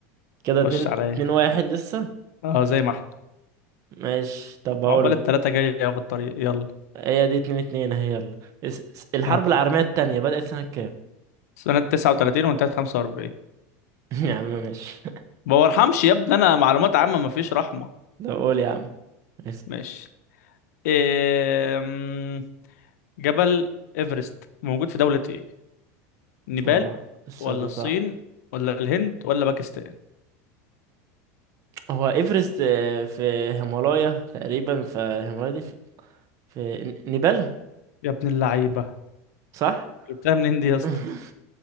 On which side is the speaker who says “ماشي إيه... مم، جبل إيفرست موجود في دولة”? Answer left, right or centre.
Left